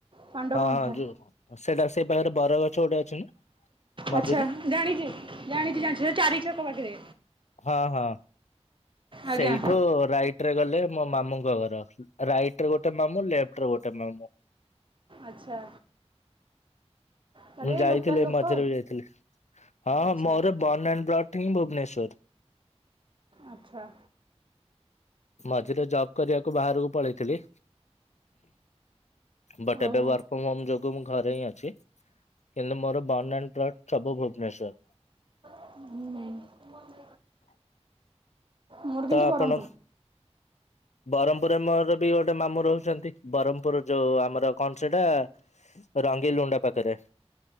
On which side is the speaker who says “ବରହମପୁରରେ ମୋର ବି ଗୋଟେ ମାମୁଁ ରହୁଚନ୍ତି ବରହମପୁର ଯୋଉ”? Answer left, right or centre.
Left